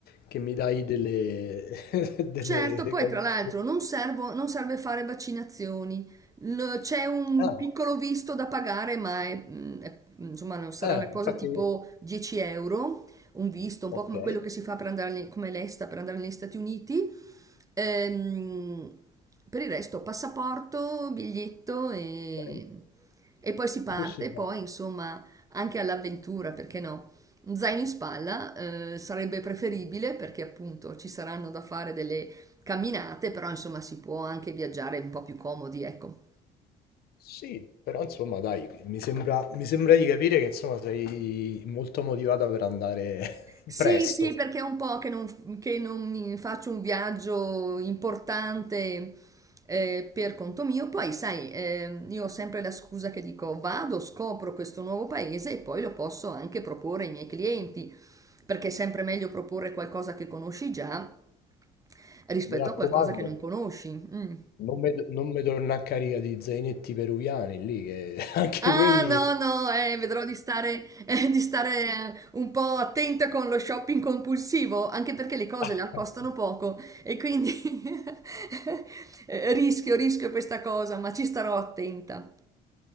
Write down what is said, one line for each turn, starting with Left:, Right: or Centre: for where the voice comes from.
Left: che mi dai delle <laughs> delle
Right: Certo, poi
Left: cose
Right: tra l'altro non servo- non serve fare vaccinazioni, L- c'è un
Left: ah,
Right: piccolo visto da pagare, ma è- mh, è- insomma, non sarà
Left: eh,
Right: una cosa
Left: infatti
Right: tipo 10 euro, un visto, un
Left: okay.
Right: po' come quello che si fa per andare, ne- come l'ESTA per andare negli Stati Uniti. Ehm, per il resto, passaporto, biglietto e,
Left: Okay.
Right: e poi si parte,
Left: Sì, sì,
Right: poi
Left: no.
Right: insomma anche all'avventura, perché no? Un zaino in spalla, eh, sarebbe preferibile perché appunto ci saranno da fare delle camminate, però insomma si può anche viaggiare un po' più comodi, ecco.
Left: Sì, però insomma dai, mi sembra, mi sembra di capire che insomma sei molto motivata per andare
Right: Sì,
Left: <laughs> presto.
Right: sì, perché è un po' che non, che non mi faccio un viaggio importante eh, per conto mio. Poi, sai, eh, io ho sempre la scusa che dico vado, scopro questo nuovo paese e poi lo posso anche proporre ai miei clienti, perché è sempre meglio proporre qualcosa che conosci già rispetto
Left: Mi raccomando,
Right: a qualcosa che non conosci. Mm.
Left: non mi non mi torna a carica di zainetti peruviani lì, che <laughs> anche
Right: Ah,
Left: quelli...
Right: no, no, eh, vedrò di stare, eh, di stare eh, un po' attenta con lo shopping compulsivo, anche perché le cose
Left: <laughs>
Right: là costano poco e quindi <laughs> eh, rischio, rischio questa cosa, ma ci starò attenta.